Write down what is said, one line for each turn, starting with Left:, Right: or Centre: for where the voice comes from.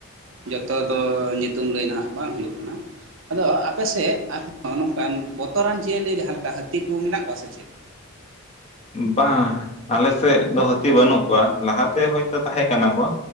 Right: ᱡᱚᱛᱚ ᱫᱚ ᱧᱩᱛᱩᱢ ᱫᱚ ᱞᱟᱹᱭ ᱱᱟᱦᱟᱜ ᱵᱟᱝ ᱦᱩᱭᱩᱜ ᱠᱟᱱᱟ᱾ ᱟᱫᱚ ᱟᱯᱮ ᱥᱮᱫ ᱟᱨᱦᱚᱸ ᱱᱚᱝᱠᱟᱱ ᱵᱚᱛᱚᱨᱟᱱ ᱡᱤᱭᱟᱹᱞᱤ ᱡᱟᱦᱟᱸ ᱞᱮᱠᱟ ᱦᱟᱹᱛᱤ ᱠᱩ ᱢᱮᱱᱟᱜ ᱠᱚᱣᱟ ᱥᱮ ᱪᱮᱫ?
Left: ᱵᱟᱝ ᱟᱞᱮ ᱥᱮᱫ ᱫᱚ ᱦᱟᱹᱛᱤ ᱵᱟᱹᱱᱩᱜ ᱠᱚᱣᱟ, ᱞᱟᱦᱟᱛᱮ ᱦᱚᱭᱛᱚ ᱛᱟᱦᱮᱸ ᱠᱟᱱᱟ ᱠᱚ᱾